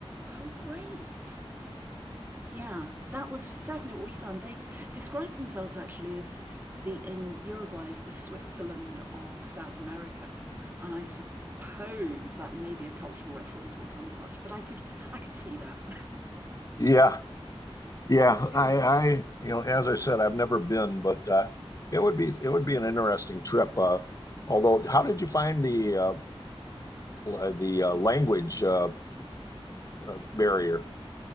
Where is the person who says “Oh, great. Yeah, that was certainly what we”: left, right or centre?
Right